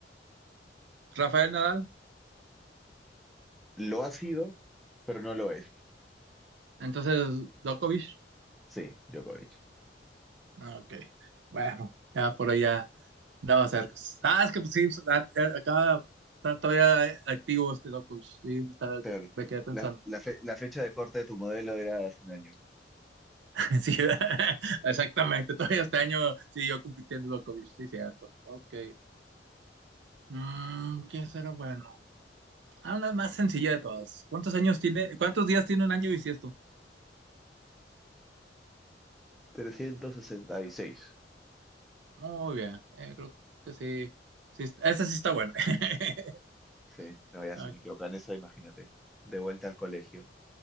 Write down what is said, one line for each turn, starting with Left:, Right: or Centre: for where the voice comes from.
Right: Rafael Nadal.
Centre: Lo ha sido, pero no lo es.
Right: Entonces, Djokovic.
Centre: Sí, Djokovic.
Right: Ah, ok. Bueno, ya por ahí ya andaba cerca. Ah, es que pues sí, pues, ah, eh, acaba, está todavía activo este Dokuch. Sí, me estaba-
Centre: Claro.
Right: me quedé pensando.
Centre: La, la fe- la fecha de corte de tu modelo era hace un año.
Right: <laughs> Sí, <laughs> exactamente. Todavía este año siguió compitiendo Dokuch, sí, cierto. Ok. Mm, ¿qué será bueno? Ah, una más sencilla de todas. ¿Cuántos años tiene, cuántos días tiene un año bisiesto?
Centre: 366.
Right: Muy bien, eh, creo que sí. sí, esa sí está buena. <laughs>
Centre: Sí, no, ya
Right: Ok,
Centre: si me equivoco en eso, imagínate. De vuelta al colegio.